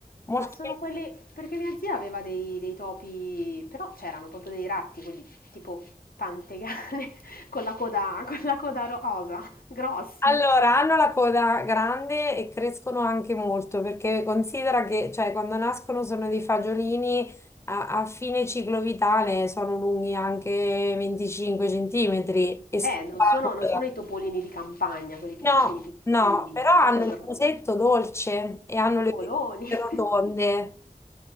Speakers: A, on the left; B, on the left.
A: molto
B: Ma sono quelli perché mia zia aveva dei dei topi, però c'erano proprio dei ratti, quelli tipo pantegane <laughs> con la coda con la coda rosa, <laughs> grossi.
A: Allora, hanno la coda grande e crescono anche molto, perché considera che, cioè, quando nascono sono dei fagiolini a, a fine ciclo vitale, sono lunghi anche 25 centimetri e scompaiono.
B: Eh, non sono non sono i topolini di campagna, quelli piccini
A: No,
B: piccini,
A: no, però hanno
B: penso
A: il
B: sono
A: musetto dolce e hanno
B: topoloni.
A: le orecchie
B: <laughs>
A: rotonde.